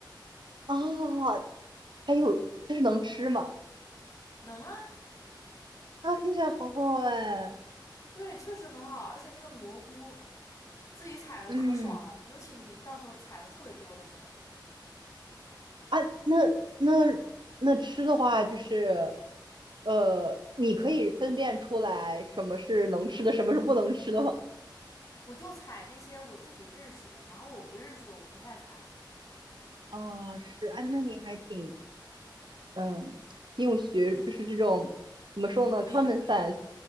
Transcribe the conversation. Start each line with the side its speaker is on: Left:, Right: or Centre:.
Right: 哦，还有就是能吃嘛？
Left: 能啊，
Right: 啊，听起来好好哎。
Left: 对，确实很好，而且那个蘑菇自己采的可爽了，
Right: 嗯，
Left: 尤其你到时候采的特别多的时候，
Right: 啊，那那那吃的话，就是呃，你可以分辨出来什么是能吃的，什么是不能吃的吗。
Left: 我就采那些我自己认识的，然后我不认识的我不太采。
Right: 哦，是，哎，那你还挺嗯，挺有学，就是这种怎么说呢，common
Left: 没有没有，
Right: sense，